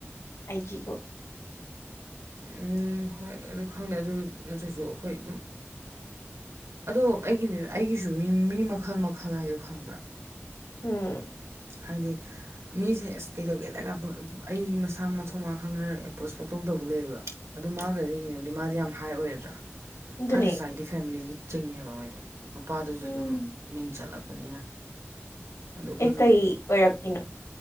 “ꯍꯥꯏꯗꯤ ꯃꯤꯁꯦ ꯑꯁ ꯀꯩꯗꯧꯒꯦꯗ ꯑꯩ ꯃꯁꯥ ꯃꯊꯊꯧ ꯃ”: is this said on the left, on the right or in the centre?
Right